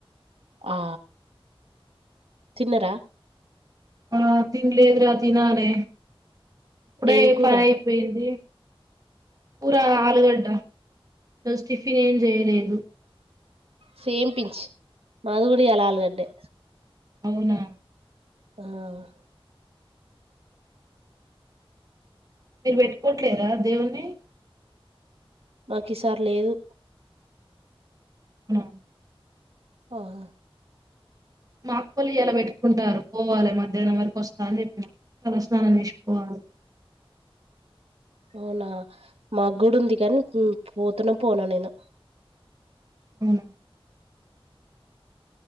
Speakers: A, on the right (about 80°); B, on the right (about 40°).
A: ఆ తిన్నరా
B: ఆ తిన్నలేధు రా థినాలే ఇప్పుడే
A: ఏం కూర
B: పని అయిపోయింది ఊరా ఆలుగడ్డ ఇ స్టిఫిన్ ఏం చేయలేదు
A: సేపించు మాధుగుడి అలాల్గడ్డే
B: అవునా.
A: ఆహ్.
B: మీర్ బేట్టుకుంటలేరా దేవున్ని.
A: మాక్ ఈసారి లేదు.
B: హుమ్మ్.
A: ఓహ.
B: మాఅక్కొల్లు ఇయలా పెట్టుకుంటారు పోవాలే, మధ్యాహ్నం వరకు వస్తా అని జేప్పినా. తలస్నానం జేసి పోవాలే.
A: అవునా. మాగుడ్ ఉంది గానీ, ఉమ్. పోతనో, పోనో నేను.
B: ఉమ్మ్.